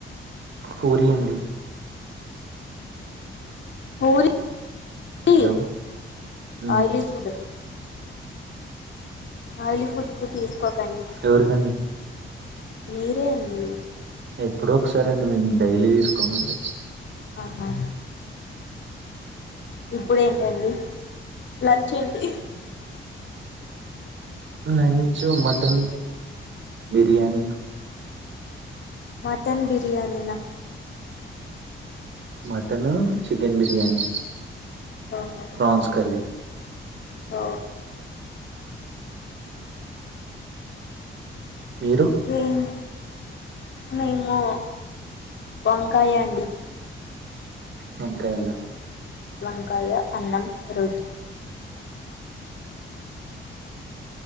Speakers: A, on the right (about 65°); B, on the left (about 65°).
A: పూరి అండి
B: పూరీ
A: హలో ఉమ్
B: ఆయిలీస్ ఫుడ్ ఆయిలీ ఫుడ్ ఎక్కువ తీస్కోకండి
A: ఎవరికండి
B: మీరే అండి
A: ఎప్పుడో ఒకసారండి మేమ్ డైలీ దీస్కోమండి
B: ఆహా ఇప్పుడేంటండి లంచేంటి
A: lunch mutton biryani
B: mutton biryani నా
A: మటను చికెన్ బిర్యానీ
B: ఓహో
A: ప్రాన్స్ కర్రీ
B: ఓ
A: మీరు
B: ఏమ్ మేము వంకాయ అండి
A: వంకాఏనా
B: వంకాయ అన్నం రోటీ